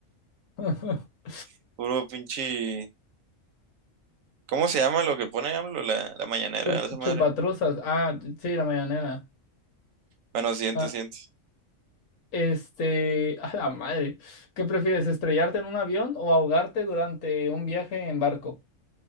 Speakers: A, on the left; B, on the right.
A: <laughs>
B: <laughs> puro pinche... ¿Cómo se llama lo que pone AMLO? La, la mañanera,
A: Chup-
B: esa madre.
A: chupatruzas. Ah, sí, la mañanera.
B: Bueno, siguiente,
A: Ah,
B: siguiente.
A: Este, a la madre, ¿qué prefieres, estrellarte en un avión o ahogarte durante un viaje en barco?